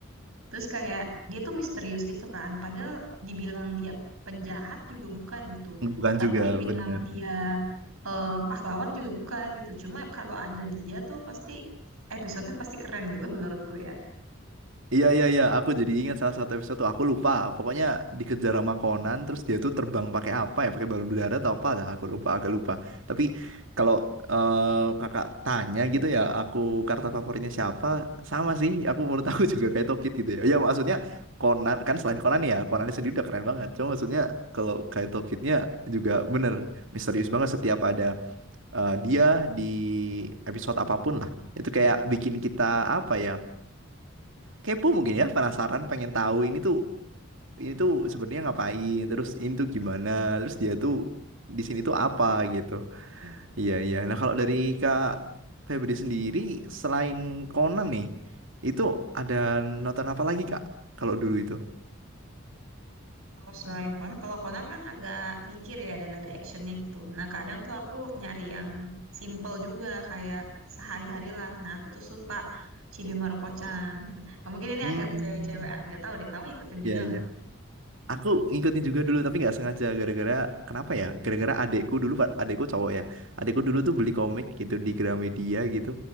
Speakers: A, on the right; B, on the right.
A: Terus kayak dia tuh misterius gitu kan. Padahal dibilang dia penjahat juga bukan gitu.
B: Bukan
A: Tapi
B: juga,
A: dibilang
B: benar.
A: dia eh, pahlawan juga bukan gitu. Cuma kalau ada dia tuh pasti episodenya pasti keren gitu <laughs> menurutku ya.
B: Iya iya iya, aku jadi ingat salah satu episode tuh aku lupa. Pokoknya dikejar sama Conan, terus dia tuh terbang pakai apa ya? Pakai balon udara atau apa? Dah aku lupa, agak lupa. Tapi kalau eh, kakak tanya gitu ya, aku karakter favoritnya siapa? Sama sih, aku menurut aku juga kayak Tokid gitu ya. Ya maksudnya Conan kan selain Conan ya, Conan sendiri udah keren banget. Cuma maksudnya kalau kayak Tokidnya juga bener misterius banget setiap ada eh, dia di episode apapun lah. Itu kayak bikin kita apa ya? kepo mungkin ya penasaran pengen tahu ini tuh ini tuh sebenarnya ngapain terus ini tuh gimana terus dia tuh di sini tuh apa gitu iya iya nah kalau dari Kak Febri sendiri selain Conan nih itu ada nonton apa lagi Kak kalau dulu itu
A: Kalau selain Conan, kalau Conan kan agak mikir ya dan ada actionnya gitu. Nah kadang tuh aku nyari yang simple juga kayak sehari-hari lah. Nah aku tuh suka Chibi Maruko-chan. <laughs> Mungkin ini
B: hmm
A: agak kecewe-cewean. nggak tahu deh kamu ikutin juga
B: iya iya Aku ngikutin juga dulu tapi nggak sengaja gara-gara kenapa ya? Gara-gara adekku dulu Pak, adekku cowok ya. Adekku dulu tuh beli komik gitu di Gramedia gitu.